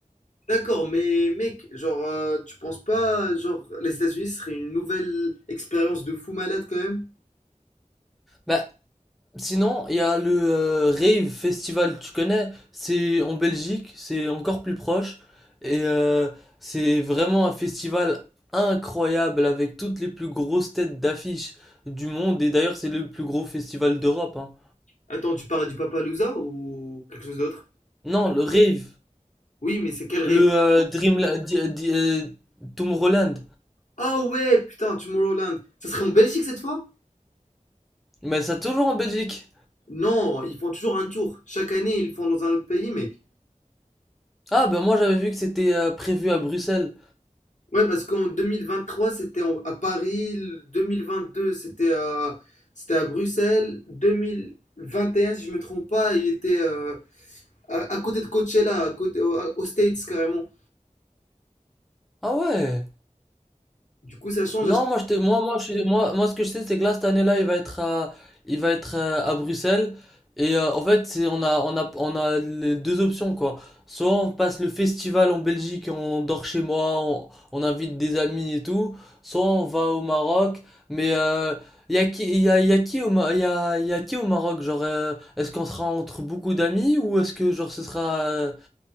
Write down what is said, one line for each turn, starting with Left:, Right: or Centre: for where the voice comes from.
Left: d'accord, mais mec, genre, euh, tu penses pas, genre, les États-Unis ce serait une nouvelle expérience de fou malade quand même?
Centre: Bah, Sinon, il y a le euh, Rave Festival, tu connais? C'est en Belgique, c'est encore plus proche. Et euh, c'est vraiment un festival incroyable avec toutes les plus grosses têtes d'affiche du monde. Et d'ailleurs, c'est le plus gros festival d'Europe. hein.
Left: Attends, tu parles du Loza ou quelque chose d'autre?
Centre: Non, le Rave,
Left: Oui, mais c'est quel rêve?
Centre: le euh, Dreamla- di- euh, di- euh, Tomorrowland.
Left: Ah ouais, putain, Tomorrowland, ça serait en Belgique cette fois?
Centre: Mais ça toujours en Belgique.
Left: Non, ils font toujours un tour. Chaque année, ils le font dans un autre pays, mec.
Centre: Ah, ben moi j'avais vu que c'était euh, prévu à Bruxelles.
Left: Ouais, parce qu'en 2023, c'était en- à Paris, le 2022, c'était à, c'était à Bruxelles, 2021, si je me trompe pas, il était euh, à, à côté de Coachella, à côté, au- aux States carrément.
Centre: Ah ouais.
Left: Du coup, ça change.
Centre: Non, moi, je te, moi, moi, je, suis- moi, moi, ce que je sais, c'est que là, cette année-là, il va être à, il va être euh, à Bruxelles. Et euh, en fait, c'est, on a, on a, on a les deux options, quoi. Soit on passe le festival en Belgique et on dort chez moi, on, on invite des amis et tout. Soit on va au Maroc. Mais euh, il y a qui, il y a, il y a qui au, Ma- il y a, il y a qui au Maroc? Genre, euh, est-ce qu'on sera entre beaucoup d'amis ou est-ce que genre ce sera euh,